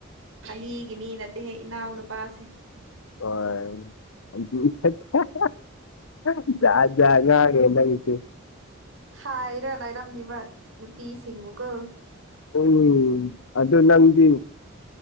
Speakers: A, on the right (about 65°); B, on the left (about 75°).
A: ꯐꯒꯤꯒꯤ ꯃꯤ ꯅꯠꯇꯦꯍꯦ ꯏꯅꯥꯎ ꯅꯨꯄꯥꯁꯦ꯫
B: <unintelligible> <unintelligible> ꯖꯥꯠ ꯖꯥꯠ ꯉꯥꯉꯦ ꯅꯪꯁꯦ꯫
A: ꯍꯥꯏꯔ ꯂꯩꯔꯝꯅꯤꯕ ꯅꯨꯄꯤꯁꯤꯡꯕꯨꯀꯣ꯫
B: ꯎꯝ ꯑꯗꯨ ꯅꯪꯗꯤ